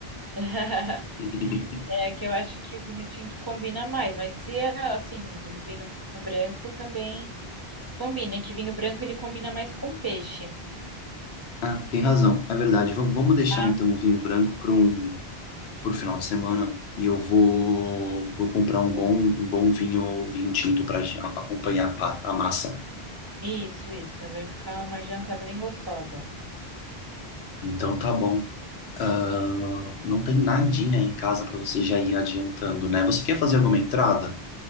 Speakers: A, on the right; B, on the left.
A: <laughs>
B: <laughs>
A: É que eu acho que o vinho tinto combina mais, mas se é assim, um vinho branco também Combina, que vinho branco ele combina mais com peixe.
B: Ah, tem razão, é verdade. Va- Vamos deixar
A: Ah,
B: então o vinho branco para um pro final de semana e eu vou vou comprar
A: isso.
B: um bom um bom vinho vinho tinto para acompanhar a, pa- a massa.
A: Isso, isso. Vai ficar uma janta bem gostosa.
B: Então tá bom. Ah, não tem nadinha em casa para você já ir adiantando, né? Você quer fazer alguma entrada?